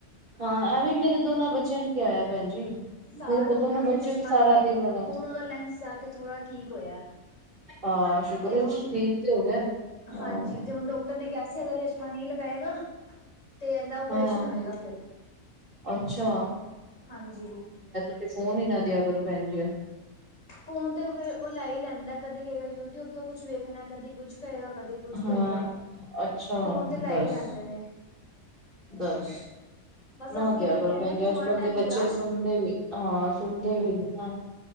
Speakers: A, on the right (about 35°); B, on the left (about 60°).
A: ਹਾਂ, ਐਵੇਂ ਮੇਰੇ ਦੋਨਾਂ ਬੱਚਿਆਂ ਨੂੰ ਕੇਆਂ ਹੋਇਆ ਭੈਣ ਜੀ,
B: ਸਾਲ
A: ਮੇਰੇ
B: ਹੋ
A: ਦੋਨੋ
B: ਗਿਆ ਉਹਨੂੰ
A: ਬੱਚੇ
B: ਚਸ਼ਮਾ
A: ਵੀ ਸਾਰਾ
B: ਲਗਾਏ
A: ਦਿਨ ਲੱ
B: ਹੁਣ ਓਦਾ ਲੈਂਸ ਜਾ ਕੇ ਥੋੜਾ ਠੀਕ ਹੋਇਆ।
A: ਹਾਂ, ਸੁਕਰ
B: ਤੇ
A: ਏ
B: ਉਹ
A: ਚ ਠੀਕ ਤੇ ਹੋ ਗੇਆ, ਹਾਂ।
B: ਹਾਂਜੀ ਤੇ ਹੁਣ ਡਾਕਟਰ ਨੇ ਕੇਆ ਸੀ ਅਗਰ ਚਸ਼ਮਾ ਨਈਂ ਲਗਾਏਗਾ ਤੇ ਏਨਦਾ ਓਪਰੇਸ਼ਨ
A: ਹਾਂ।
B: ਹੋਏਗਾ ਫੇਰ,
A: ਅੱਛਾ,
B: ਹਾਂਜੀ।
A: ਤੇ ਫੋਨ ਈ ਨਾ ਦੇਆ ਕਰੋ, ਭੈਣਜੀ।
B: ਫੋਨ ਤੇ ਫੇਰ ਓ ਲੈਈ ਲੈਂਦਾ ਕਦੇ ਕਏਗਾ ਯੂਟਿਊਬ ਤੋਂ ਕੁਛ ਵੇਖਣਾ, ਕਦੇ ਕੁਛ ਕਏਗਾ ਕਦੇ ਕੁਛ
A: ਹਾਂ,
B: ਕਏਗਾ
A: ਅੱਛਾ
B: ਫੋਨ ਤੇ ਲੈਈ
A: ਦੱਸ,
B: ਲੈਂਦੇ ਨੇ।
A: ਦੱਸ।
B: ਬਸ
A: ਨਾ
B: ਅਸੀਂ
A: ਦੇਆ
B: ਇਹੀ
A: ਕਰੋ
B: ਕਹਿੰਦੇ
A: ਭੈਣਜੀ,
B: ਹਾਂ ਕਿ ਥੋੜਾ
A: ਅੱਜ-ਕੱਲ
B: ਟਾਈਮ
A: ਦੇ
B: ਚਲਾ
A: ਬੱਚੇ ਸੁਣਦੇ ਵੀ ਹਾਂ, ਸੁਣਦੇ ਵੀ ਨੀ ਨਾ।